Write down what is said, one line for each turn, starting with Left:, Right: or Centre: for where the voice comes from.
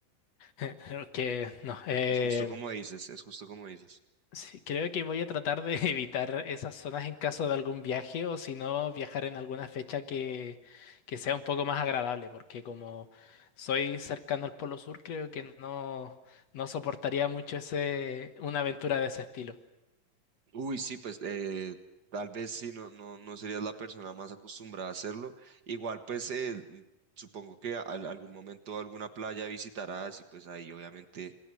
Left: <laughs> Que no, eh,
Right: Es justo como dices, es justo como dices.
Left: Sí, creo que voy a tratar de <laughs> evitar esas zonas en caso de algún viaje o si no viajar en alguna fecha que, que sea un poco más agradable, porque como soy cercano al Polo Sur, creo que no, no soportaría mucho ese, una aventura de ese estilo.
Right: Uy, sí, pues eh, tal vez sí, no, no, no serías la persona más acostumbrada a hacerlo. Igual, pues eh, mm, supongo que a- al- algún momento alguna playa visitarás y pues ahí obviamente